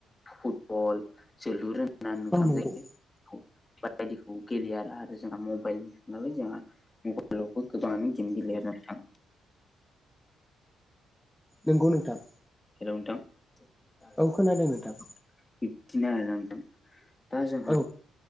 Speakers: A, on the left; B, in the centre.
A: फुटबल जोलुर होनोना नोंथां
B: औ नंगौ
A: जायखौ। बायदिखौ गेलेयो आरो आरो जोंहा मबाइल नालाय जोंहा। मबाइल आवबो गोबांङानो गेम गेलेयो आरो नोंथां।
B: नंगौ नोंथां।
A: हेलौ नोंथां बिदिनो
B: औ खोनादों नोंथां
A: आरो ना नोंथां दा जों
B: औ